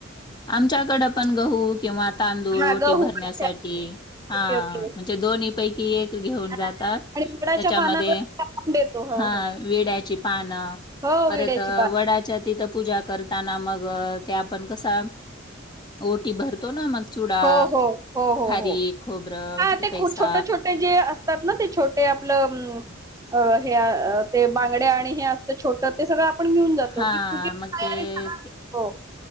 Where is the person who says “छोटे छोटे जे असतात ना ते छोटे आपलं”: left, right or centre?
Right